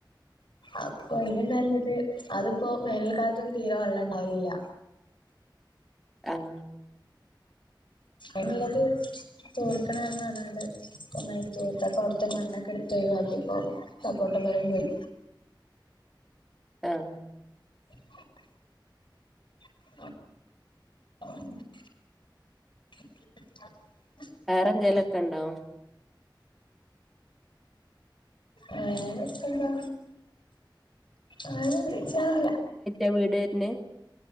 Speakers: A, on the left; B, in the centre.
A: അപ്പൊ അതിലും നല്ലത് അതിപ്പോ വേനൽക്കാലത്തൊന്നും തീരെ വെള്ളം ഉണ്ടാവലില്ല
B: ആഹ്
A: എന്നത്? തൂർക്കണന്ന് കാണാണ്ട് ഒന്നായിട്ട് തോർത്ത അപ്പൊ അവിടുത്തെ മണ്ണൊക്കെ എടുത്തൊഴിവാക്കിപ്പോ സപ്പോട്ടമരം പോയി
B: ആഹ്
A: <inaudible> <inaudible>
B: വേറെ എന്തേലൊക്കെ ഇണ്ടോ?
A: വേറെപ്പോന്താ? ആരും വിളിച്ചാറില്ല്യ
B: എവിടെയാര്ന്ന്?